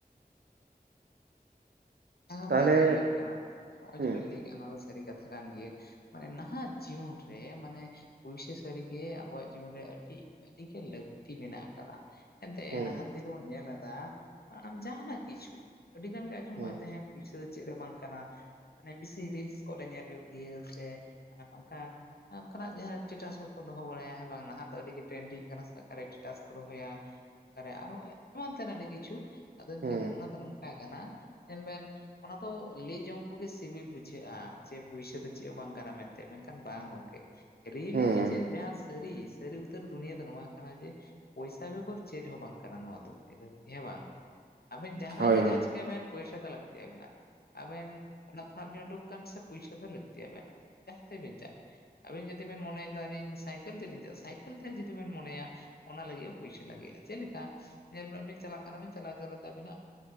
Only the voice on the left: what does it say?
ᱦᱮᱸ ᱜᱚᱝᱠᱮ
ᱧᱮᱞ ᱦᱩᱭᱩᱜ ᱠᱟᱱᱟ ᱱᱚᱜᱼᱚᱭ
ᱡᱮᱵᱮᱱ ᱞᱟᱹᱭ ᱠᱮᱫᱼᱟ ᱱᱚᱣᱟ ᱫᱚ ᱥᱟᱹᱨᱤ ᱠᱟᱛᱷᱟ ᱠᱟᱱ ᱜᱮᱭᱟ ᱾ ᱢᱟᱱᱮ ᱱᱟᱦᱟᱜ ᱡᱤᱭᱚᱱ ᱨᱮ ᱢᱟᱱᱮ ᱯᱩᱭᱥᱟ ᱥᱟᱹᱨᱤ ᱜᱮ ᱟᱵᱚᱣᱟᱜ ᱡᱤᱭᱚᱱ ᱨᱮ ᱟᱹᱰᱤ ᱟᱹᱰᱤ ᱜᱮ ᱞᱟᱹᱠᱛᱤ ᱢᱮᱱᱟᱜ ᱟᱠᱟᱫᱟ ᱾ ᱮᱱᱛᱮ
ᱱᱟᱦᱟᱜ ᱫᱤᱱ ᱨᱮ ᱵᱚᱱ ᱧᱮᱞ ᱮᱫᱟ ᱟᱢ ᱡᱟᱦᱟᱱᱟᱜ ᱠᱤᱪᱷᱩ ᱟᱹᱰᱤ ᱜᱟᱱ ᱜᱮ ᱟᱡᱚᱢᱚᱜᱼᱟ
ᱦᱮᱸ ᱯᱩᱭᱥᱟ ᱫᱚ ᱪᱮᱫ ᱦᱚᱸ ᱵᱟᱝ ᱠᱟᱱᱟ ᱾ ᱢᱟᱱᱮ ᱵᱮᱥᱤ ᱨᱤᱞᱥ ᱠᱚᱨᱮ ᱧᱮᱞ ᱦᱩᱭᱩᱜ ᱜᱮᱭᱟ ᱥᱮ ᱚᱱᱠᱟ ᱚᱱᱠᱟᱱᱟᱜ ᱡᱟᱦᱟᱸ ᱮᱥᱴᱮᱴᱟᱥ ᱠᱚ ᱠᱚ ᱫᱚᱦᱚ ᱵᱟᱲᱟᱭᱟ ᱵᱟᱝ ᱱᱟᱦᱟᱜ ᱫᱚ ᱟᱹᱰᱤ ᱜᱮ ᱴᱨᱮᱱᱰᱤᱝ ᱠᱟᱱᱟ ᱥᱮ ᱚᱠᱟᱨᱮ ᱮᱥᱴᱮᱴᱟᱥ ᱠᱚ ᱫᱚᱦᱚᱭᱟ ᱚᱠᱟᱨᱮ ᱟᱨᱦᱚᱸ ᱮᱢᱟᱱ ᱛᱮᱱᱟᱜ ᱟᱹᱰᱤ ᱠᱤᱪᱷᱩ ᱟᱫᱚ ᱮᱱᱛᱮ
ᱱᱚᱼᱱᱶᱟ ᱫᱚ ᱱᱚᱝᱠᱟ ᱠᱟᱱᱟ ᱧᱮᱞ ᱵᱮᱱ ᱚᱱᱟ ᱫᱚ ᱞᱟᱹᱭ ᱡᱚᱝ ᱠᱚᱜᱮ ᱥᱤᱵᱤᱞ ᱵᱩᱡᱷᱟᱹᱜᱼᱟ ᱡᱮ ᱯᱩᱭᱥᱟᱹ ᱫᱚ ᱪᱮᱫ ᱦᱚᱸ ᱵᱟᱝ ᱠᱟᱱᱟ ᱢᱮᱱ ᱛᱮ ᱢᱮᱱᱠᱷᱟᱱ ᱵᱟᱝ ᱜᱚᱝᱠᱮ ᱨᱤᱭᱮᱞᱤᱴᱤ
ᱡᱮ ᱡᱟᱦᱟᱸ ᱥᱟᱹᱨᱤ ᱥᱟᱹᱨᱤ ᱩᱛᱟᱹᱨ ᱫᱩᱱᱤᱭᱟᱹ ᱫᱚ ᱱᱚᱣᱟ ᱠᱟᱱᱟ ᱡᱮ ᱯᱚᱭᱥᱟ ᱵᱮᱜᱚᱨ ᱪᱮᱫ ᱦᱚᱸ ᱵᱟᱝ ᱠᱟᱱᱟ ᱱᱚᱣᱟ ᱫᱚ ᱦᱮᱸ ᱵᱟᱝ ᱟᱵᱮᱱ ᱡᱟᱦᱱᱟᱜ
ᱜᱮ
ᱡᱟᱦᱟᱸ ᱪᱤᱠᱟᱹᱭ ᱵᱮᱱ ᱯᱚᱭᱥᱟ ᱛᱚ ᱞᱟᱹᱠᱛᱤ ᱟᱵᱮᱱᱟ ᱾ ᱟᱵᱮᱱ ᱚᱱᱟᱜ ᱠᱷᱚᱱᱟᱜ ᱵᱮᱱ ᱩᱰᱩᱠ ᱟᱠᱟᱱ ᱥᱮ ᱯᱩᱭᱥᱟᱹ ᱫᱚ ᱞᱟᱹᱠᱛᱤᱭᱟᱵᱮᱱᱟᱜ ᱡᱟᱦᱟᱸ ᱛᱮᱵᱮᱱ ᱪᱟᱞᱟᱜ ᱟᱹᱵᱤᱱ ᱡᱩᱫᱤ ᱵᱮᱱ ᱢᱚᱱᱮᱭ ᱫᱟ ᱟᱞᱤᱧ ᱥᱟᱭᱠᱮᱞ ᱛᱮᱞᱤᱧ ᱪᱟᱞᱟᱜ ᱥᱟᱭᱠᱮᱞ ᱛᱮ ᱡᱩᱫᱤ ᱵᱮᱱ ᱢᱚᱱᱮᱭᱟ ᱚᱱᱟ ᱞᱟᱹᱜᱤᱫ ᱯᱩᱭᱥᱟ ᱞᱟᱜᱟᱼᱟ ᱪᱮᱫ ᱞᱮᱠᱟ ᱧᱮᱞ ᱢᱮ ᱵᱤᱱ ᱪᱟᱞᱟᱜ ᱠᱟᱱᱟ ᱵᱤᱱ ᱪᱟᱞᱟᱣᱛᱮ ᱟᱹᱵᱤᱱᱟᱜ